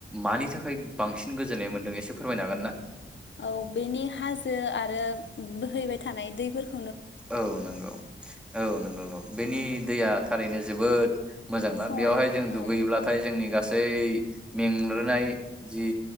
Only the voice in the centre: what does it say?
मानि थाखाय बांसिन गोजोननाय मोन्दों एसे फोरमायनो हागोन ना?
औ नंगौ औ नंगौ बेनि दैया थारैनो जोबोद मोजां ना
बेयावहाय जों दुगैयोब्लाथाय
जोंनि गासै मेंग्लिनाय जि